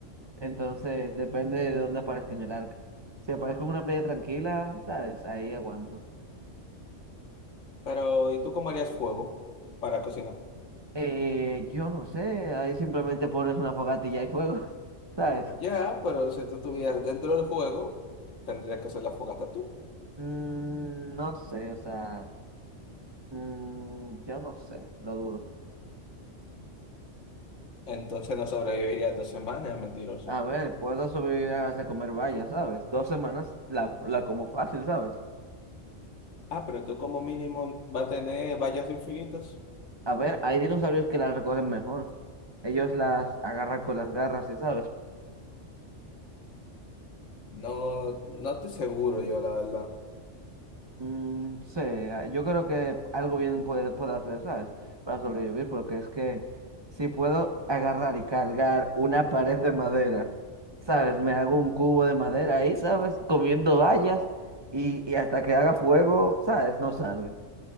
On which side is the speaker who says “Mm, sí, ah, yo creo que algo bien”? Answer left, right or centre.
Right